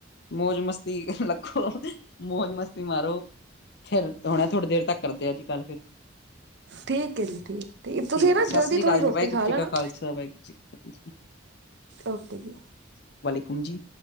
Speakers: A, on the left; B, on the right.
A: ਮੌਜ ਮਸਤੀ ਲੱਖੋ ਮੌਜ ਮਸਤੀ ਮਾਰੋ ਖੇਰ। ਹੁਣੇ ਥੋੜ੍ਹੀ ਦੇਰ ਤੱਕ, ਕਰਦੇ ਆ ਜੀ ਗੱਲ ਫਿਰ।
B: ਠੀਕ ਹੈ ਜੀ ਠੀਕ
A: ਠੀਕ
B: ਤੁਸੀਂ
A: ਹੈ
B: ਨਾ
A: ਜੀ ਸਤਿ
B: ਜਲਦੀ
A: ਸ੍ਰੀ ਅਕਾਲ
B: ਥੋੜ੍ਹੀ ਰੋਟੀ
A: ਜੀ ਵਾਹਿਗੁਰੂ
B: ਖਾ
A: ਜੀ
B: ਲੈਣਾ
A: ਕਾ ਖਾਲਸਾ ਵਾਹਿਗੁਰੂ ਜੀ ਕੀ ਫਤਿਹ ਜੀ
B: ਓਕੇ ਜੀ
A: ਹਾਂਜੀ